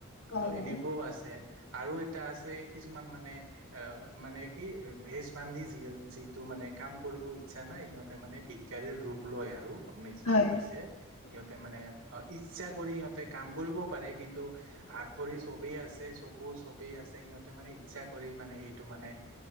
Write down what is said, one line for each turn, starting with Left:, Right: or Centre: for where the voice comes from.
Left: হয়
Right: ত
Left: হয়
Right: এনেকো আছে। আৰু এটা আছে কিছুমান মানে অ' মানে কি ভেজ বান্ধি যি যিটো মানে কাম কৰিব ইচ্ছা নাই সিহঁতে মানে ভিকাৰীৰ ৰূপ লয় আৰু। আপুনি যিটো
Left: হয়
Right: কৈছে সিহঁতে মানে ইচ্ছা কৰি সিহঁতে কাম কৰিব পাৰে কিন্তু হাত ভৰি চবেই আছে চকু চবেই আছে। সিহঁতে মানে ইচ্ছা কৰি মানে সেইটো মানে